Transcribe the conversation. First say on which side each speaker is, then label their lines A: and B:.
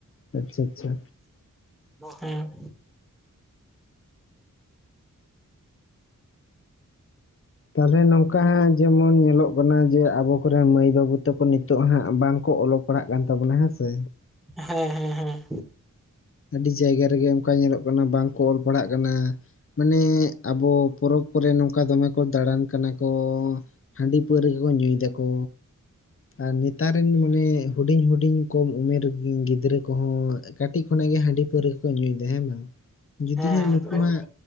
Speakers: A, on the left (about 40°); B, in the centre.
A: ᱟᱪᱪᱷᱟ ᱟᱪᱪᱷᱟ
B: ᱦᱮᱸ
A: ᱛᱟᱦᱚᱞᱮ ᱱᱚᱝᱠᱟ ᱦᱟᱸᱜ ᱡᱮᱢᱚᱱ ᱧᱮᱞᱚᱜ ᱠᱟᱱᱟ ᱡᱮ ᱟᱵᱚ ᱠᱚ ᱢᱟᱹᱭ ᱵᱟᱹᱵᱩ ᱛᱟᱠᱚ ᱱᱤᱛᱚᱜ ᱦᱟᱸᱜ ᱵᱟᱝᱠᱚ ᱚᱞᱚᱜ ᱯᱟᱲᱦᱟᱜ ᱠᱟᱱ ᱛᱟᱵᱚᱱᱟ ᱦᱮᱸ ᱥᱮ
B: ᱦᱮᱸ ᱦᱮᱸ ᱦᱮᱸ
A: ᱟᱹᱰᱤ ᱡᱟᱭᱜᱟ ᱨᱮᱜᱮ ᱚᱱᱠᱟ ᱧᱮᱞᱚᱜ ᱠᱟᱱᱟ ᱵᱟᱝᱠᱚ ᱚᱞᱚᱜ ᱯᱟᱲᱦᱟᱜ ᱠᱟᱱᱟ ᱢᱟᱱᱮ ᱟᱵᱚ ᱯᱚᱨᱚᱵᱽ ᱠᱚᱨᱮ ᱱᱚᱝᱠᱟ ᱫᱚᱢᱮ ᱠᱚ ᱫᱟᱬᱟᱱ ᱠᱟᱱᱟ ᱠᱚ ᱦᱟᱺᱰᱤ ᱯᱟᱹᱣᱨᱟᱹ ᱠᱚᱠᱚ ᱧᱩᱭ ᱫᱟᱠᱚ ᱟᱨ ᱱᱮᱛᱟᱨ ᱨᱮᱱ ᱢᱟᱱᱮ ᱦᱩᱰᱤᱧ ᱦᱩᱰᱤᱧ ᱠᱚᱢ ᱩᱢᱮᱨ ᱜᱤᱫᱽᱨᱟᱹ ᱠᱚᱦᱚᱸ ᱠᱟᱹᱴᱤᱡ ᱱᱟᱹᱭ ᱜᱮ ᱦᱟᱺᱰᱤ ᱯᱟᱹᱣᱨᱟᱹ ᱠᱚ ᱧᱩᱭᱫᱟ ᱦᱮᱸ ᱵᱟᱝ ᱡᱩᱫᱤ
B: ᱦᱮᱸ
A: ᱦᱟᱸᱜ ᱱᱩᱠᱩ
B: ᱦᱮᱸ
A: ᱦᱟᱸᱜ